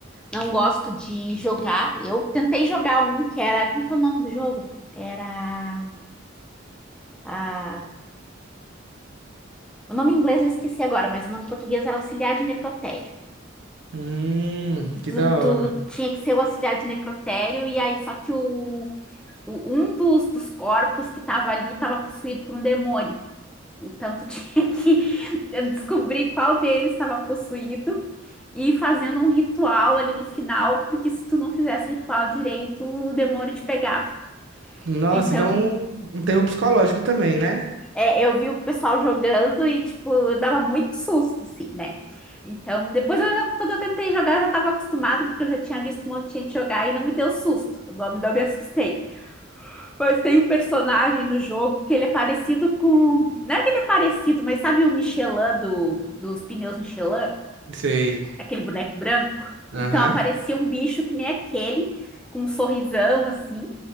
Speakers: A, in the centre; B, on the right.
A: Não gosto de jogar. Eu tentei jogar um que era. Como é que é o nome do jogo? Era. ah, O nome em inglês eu esqueci agora, mas o nome em português era Auxiliar de Necrotério.
B: Hum,
A: E Tu,
B: que da
A: tu
B: hora.
A: tinha que ser o auxiliar de necrotério, e aí só que o, o- um dos, dos corpos que estava ali estava possuído por um demônio. Então tu <laughs> tinha que descobrir qual deles estava possuído e ir fazendo um ritual ali no final, porque se tu não fizesse ritual direito, o demônio te pegava.
B: Nossa,
A: Então,
B: então um terror psicológico também, né?
A: É, eu vi o pessoal jogando e, tipo, dava muito susto, assim, né? Então, depois, eu- quando eu tentei jogar, eu já estava acostumada, porque eu já tinha visto um monte de gente jogar e não me deu susto, eu não, não me assustei. Mas tem um personagem no jogo que ele é parecido com. Não é que ele é parecido, mas sabe o Michelin do, dos pneus Michelin?
B: Sei.
A: Aquele boneco branco?
B: Aham.
A: Então, aparecia um bicho que nem aquele, com um sorrisão assim.